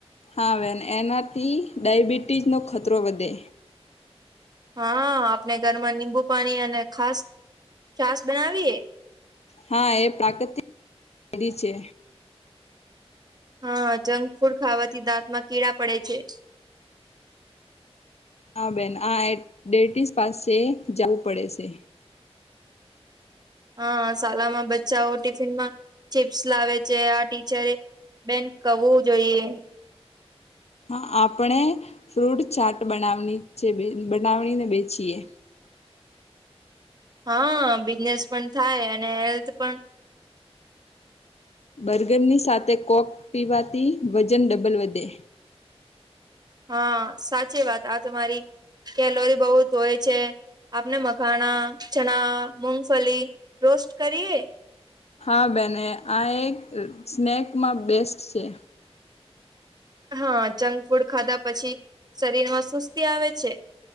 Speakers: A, on the left (about 80°); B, on the right (about 40°).
A: હા વેન એનાથી ડાયબિટીઝનો ખતરો વધે
B: હા આપણે ઘરમાં નિીબુ પાણી અને ખાસ છાસ બનાવીએ
A: હા એ પ્રાકૃતિક છે.
B: હા જંક ફૂડ ખાવાથી દાંતમાં કીળા પડે છે.
A: હા બેન આ એ ડેટીસ પાસે જાવું પડે છે.
B: હા શલામાં બચ્ચાઓ ટિફિનમાં ચિપ્સ લાવે છે, આ ટીચરે બેન કવુ જોઈએ.
A: હા આપણે ફ્રૂટ ચાટ બનાવ છે, બનાવ ને બેચીએ
B: હા બિઝનેસ પણ થાય અને હેલ્થ પણ
A: બર્ગરની સાથે કોક પીવાથી વજન ડબલ વધે
B: હા સાચી વાત આ તમારી કેલોરી બોહુત હોય છે. આપણે મખાણા, ચણા, મુગફલી રોસ્ટ કરીએ.
A: હા બેને આ એક સ્નેકમાં બેસ્ટ છે.
B: હા જંક ફૂડ ખાધા પછી શરીરમાં સુસ્તી આવે છે.